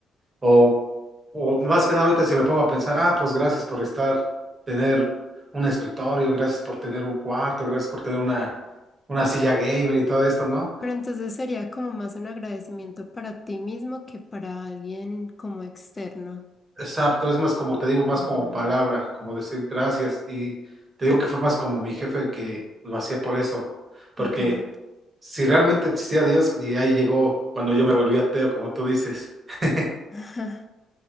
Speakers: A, on the right (about 30°); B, on the left (about 25°).
A: o, o más que nada ahorita si me pongo a pensar, ah, pues gracias por estar, tener un escritorio, gracias por tener un cuarto, gracias por tener una, una silla gamer y todo esto, ¿no?
B: Pero entonces sería como más un agradecimiento para ti mismo que para alguien como externo.
A: Exacto, es más como, te digo, más
B: Mm,
A: como palabra, como decir gracias. Y te digo que fue más como mi jefe que lo hacía por eso. Porque
B: ajá.
A: si realmente existía Dios, y ahí llegó cuando yo me volví ateo, como tú dices, <laughs>
B: <laughs>